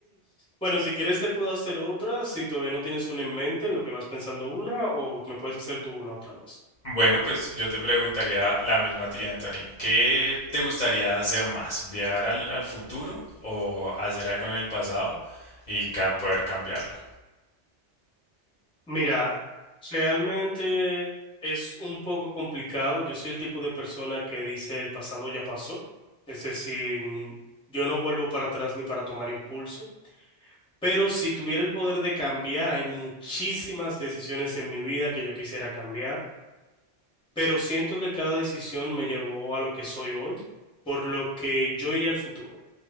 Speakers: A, in the centre; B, on the left.
A: Bueno, si quieres te puedo hacer otra, si todavía no tienes una en mente en lo que vas pensando una, o me puedes hacer tú una otra vez.
B: Bueno, pues yo te preguntaría la misma tía Anthony, ¿qué te gustaría hacer más? ¿Viajar al, al futuro o hacer algo en el pasado y ca- poder cambiarlo?
A: Mira, realmente es un poco complicado. Yo soy el tipo de persona que dice el pasado ya pasó. Es decir, mm, yo no vuelvo para atrás ni para tomar impulso. Pero si tuviera el poder de cambiar, hay muchísimas decisiones en mi vida que yo quisiera cambiar. Pero siento que cada decisión me llevó a lo que soy hoy, por lo que yo iría al futuro.